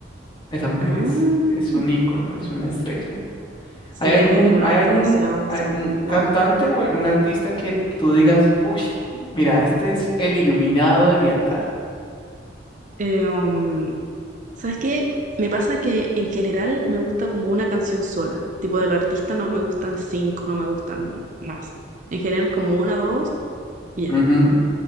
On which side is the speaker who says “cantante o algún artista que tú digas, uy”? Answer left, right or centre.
Left